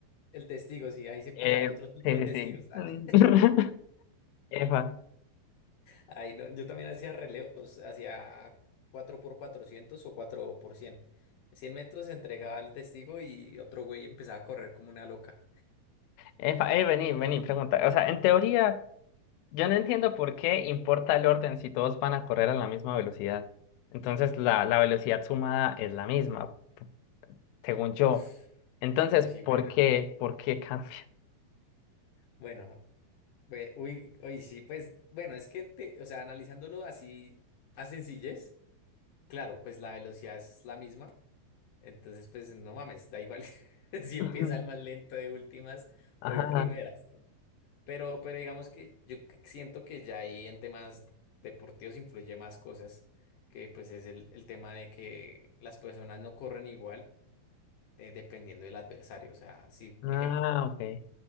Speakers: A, on the left; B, on the left.
A: el testigo, sí, ahí se pasaban
B: Eh,
A: otro tipo
B: sí,
A: de testigos.
B: sí, sí.
A: ah. <laughs>
B: <laughs> Efa.
A: Ahí no, yo también hacía relevos, hacía 4 por 400 o 4 por cien cien metros se entregaba al testigo y otro güey empezaba a correr como una loca.
B: Epa, eh, vení, vení, pregunta. O sea, en teoría, yo no entiendo por qué importa el orden si todos van a correr a la misma velocidad. Entonces, la, la velocidad sumada es la misma, según yo.
A: Uf,
B: Entonces,
A: uy, sí,
B: ¿por
A: bueno.
B: qué? ¿Por qué cambia?
A: Bueno, ve- uy, uy, sí, pues, bueno, es que, te- o sea, analizándolo así a sencillez, claro, pues la velocidad es la misma, Entonces, pues no mames, da igual <laughs> si
B: <laughs> Ujú.
A: empieza el más lento de últimas
B: Ajá.
A: o de primeras. ¿no? Pero, pero digamos que yo c- siento que ya ahí en temas deportivos influye más cosas, que pues es el, el tema de que las personas no corren igual eh, dependiendo del adversario. O sea, si,
B: Ah,
A: ejemplo,
B: ok.